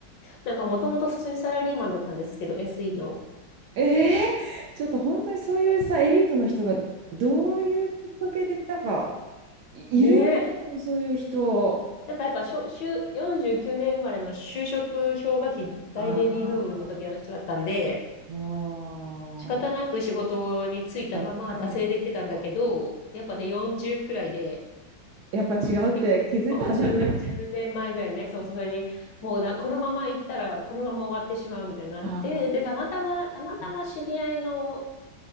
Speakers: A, on the left; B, on the right.
A: なんかもともと普通にサラリーマンだったんですけど、SE の。
B: ええちょっと本当にそういうさ、エリートの人がどういうきっかけで、なんか、い、
A: ね
B: いるよね、でもそういう人。
A: なんかやっぱしょ、就49年生まれの就職氷河期大ベビーブームの時の人だったんで、
B: ああ、もう、
A: 仕方なく仕事に就いたまま惰性できてたんだけど、
B: だったんだけど、
A: やっぱね、40くらいで、
B: やっぱ違うって気づいたんだね。
A: それそう10、年前ぐらいね、そう、それに、もうなこのまま行ったら、このまま終わってしまうみたいになって、
B: ああ、
A: で、たまたま、たまたま知り合いの
B: う